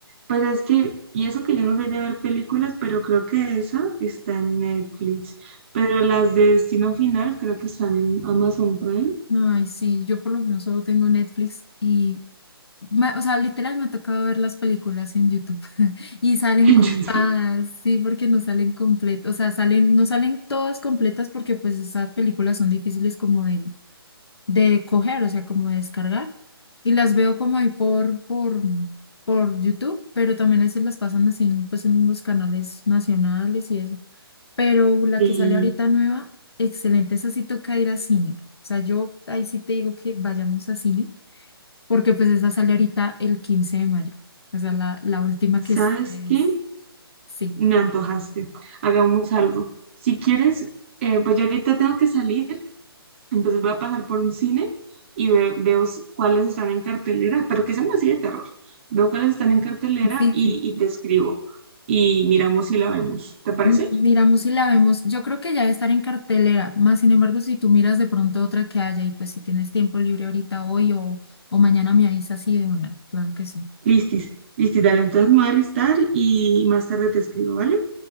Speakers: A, on the right; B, on the left.
A: Pues es que, y eso que yo no soy de ver películas, pero creo que esa está en Netflix. Pero las de Destino Final creo que están en Amazon Prime,
B: Ay, sí, yo por lo menos solo tengo Netflix y, ma- o sea, literal me ha tocado ver las películas en YouTube. Y salen
A: <laughs> en
B: cortadas,
A: YouTube.
B: sí, porque no salen completas, o sea, salen, no salen todas completas porque pues esas películas son difíciles como de, de coger, o sea, como de descargar. Y las veo como ahí por, por, por YouTube, pero también a veces las pasan así pues en los canales nacionales y eso. Pero la
A: Y,
B: que sale ahorita nueva, excelente, esa sí toca ir a cine. O sea, yo ahí sí te digo que vayamos a cine, porque pues esa sale ahorita el 15 de mayo. O sea, la, la última
A: ¿sabes
B: que es, es-
A: qué?
B: sí,
A: Me antojaste. Hagamos algo. Si quieres, eh, pues yo ahorita tengo que salir. Entonces voy a pasar por un cine y ve- veo s- cuáles están en cartelera, pero que sean así de terror. Veo cuáles están en cartelera
B: Sí,
A: y,
B: sí.
A: y te escribo y miramos si la vemos. ¿Te parece?
B: Mm, Miramos si la vemos. Yo creo que ya debe estar en cartelera. Más sin embargo, si tú miras de pronto otra que haya y pues si tienes tiempo libre ahorita hoy o, o mañana me avisas así de una. Claro que sí.
A: Listis, listis, dale. Entonces me voy a listar y más tarde te escribo, ¿vale?